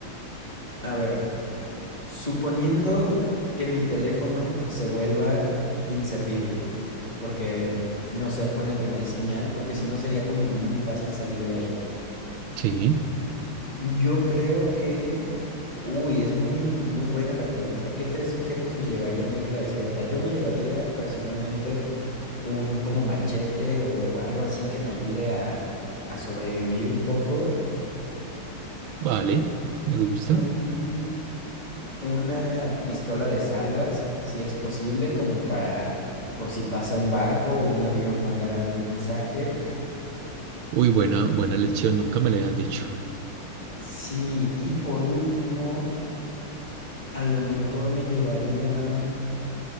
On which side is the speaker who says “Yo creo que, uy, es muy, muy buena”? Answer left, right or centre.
Left